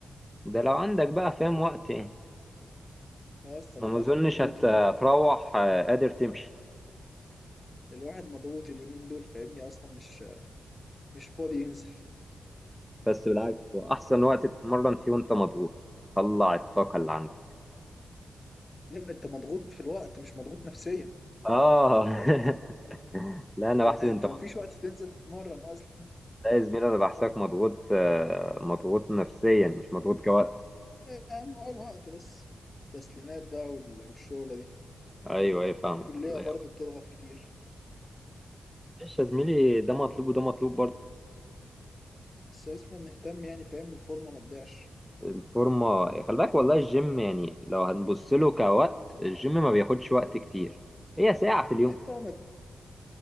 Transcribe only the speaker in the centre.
ده لو عندك بقى فاهم وقت يعني
ما
ما اظنش
هت-
هتروح آه، قادر تمشي
بس بالعكس هو احسن وقت تتمرن فيه وانت مضغوط تطلع الطاقه اللي عندك
اه <laughs> لا انا
بحسب
انت
لا يا زميلي انا بحسك مضغوط آه، مضغوط نفسيا مش مضغوط كوقت
ايوه ايوه فاهمك
لا،
يا-
معلش يا زميلي ده مطلوب وده مطلوب برضه
الفورمة خلي بالك والله الجيم يعني لو هنبص له كوقت الجيم ما بياخدش وقت كتير هي ساعة في اليوم